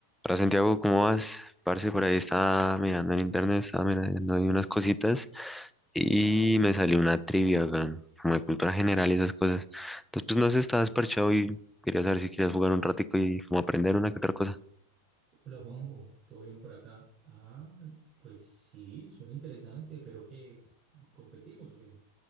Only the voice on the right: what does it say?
Hola Juanjo, ¿todo bien por acá? Ah, pues sí, suena interesante, pero ¿qué? ¿Competimos o qué?